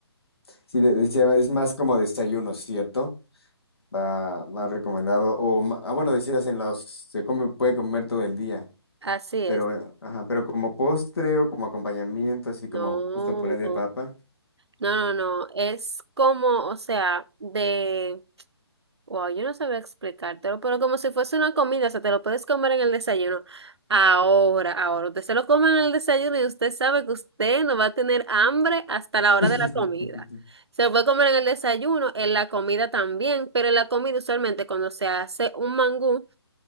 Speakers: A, on the left; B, on the right.
A: Sí, de- decía, es más como desayuno, ¿cierto? Va más recomendado. O, ma- ah, bueno, decías en los, se come, puede comer todo el día.
B: Así
A: Pero,
B: es.
A: eh, ajá, pero como postre o como acompañamiento, así
B: No,
A: como justo puré de
B: como-
A: papa.
B: no, no, no, es como, o sea, de, wow, yo no sabía explicártelo, pero como si fuese una comida, o sea, te lo puedes comer en el desayuno. Ahora, ahora, usted se lo come en el desayuno y usted sabe que usted no va a tener hambre hasta la hora
A: <laughs>
B: de la comida. Se lo puede comer en el desayuno, en la comida también, pero en la comida usualmente cuando se hace un mangú.